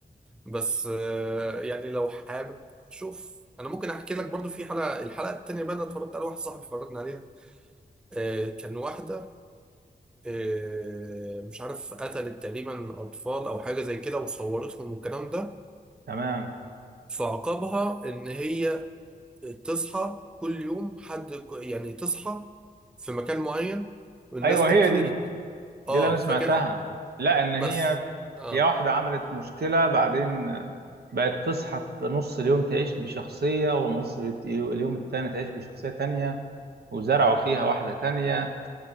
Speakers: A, in the centre; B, on the right.
A: بس آه، يعني لو حابب شوف انا ممكن احكي لك برضو في حلقه الحلقه التانيه بقى انا اتفرجت على واحد صاحبي اتفرجنا عليها آه، كان واحده آه، مش عارف قتلت تقريبا اطفال او حاجه زي كده وصورتهم والكلام ده
B: تمام
A: فعقابها ان هي تصحى كل يوم حد ك- يعني تصحى في مكان معين والناس
B: ايوه
A: تبتدي
B: هي دي دي
A: اه
B: اللي انا سمعتها
A: فكان
B: لا ان
A: بس
B: هي
A: اه
B: هي واحده عملت مشكله بعدين بقت تصحى في نص اليوم تعيش بشخصيه ونص اليوم التاني تعيش بشخصيه تانية وزرعوا فيها واحده تانية